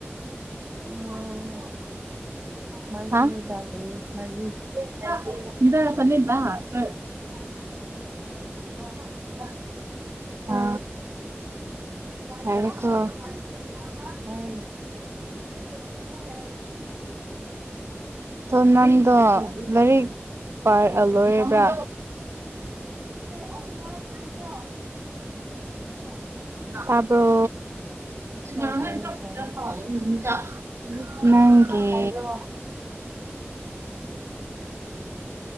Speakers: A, on the right; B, on the right.
A: ꯑꯣ ꯃꯔꯤꯗꯥꯅꯤ
B: ꯍꯥ
A: ꯃꯔꯤ
B: <unintelligible>
A: <unintelligible>
B: <inaudible> ꯑ
A: <unintelligible>
B: ꯌꯥꯔꯦꯀꯣ
A: ꯍꯣꯏ <unintelligible>
B: ꯗꯣ ꯅꯟꯗꯣ ꯂꯔꯤꯛ ꯄꯥꯔ ꯑ ꯂꯣꯏꯔꯕ꯭ꯔꯥ
A: <unintelligible> <unintelligible>
B: ꯇꯥꯕ꯭ꯔꯣ <unintelligible>
A: ꯍꯣꯏ ꯇꯥꯏꯌꯦ ꯇꯥꯏꯌꯦ
B: ꯅꯡꯒꯤ
A: ꯍꯥꯏꯔꯣ <inaudible>